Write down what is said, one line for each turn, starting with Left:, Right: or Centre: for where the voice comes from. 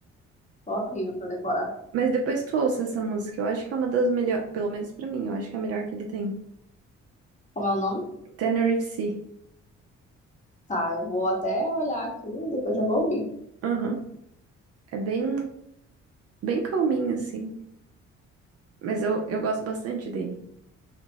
Left: Tô horrível pra decorar.
Right: Mas depois tu ouça essa música. Eu acho que é uma das melhores, pelo menos pra mim, eu acho que é a melhor que ele tem.
Left: Como é o nome?
Right: Tenerife Sea.
Left: Tá, eu vou até olhar aqui, depois já vou ouvir.
Right: Aham. É bem, bem calminho, assim. Mas eu, eu gosto bastante dele.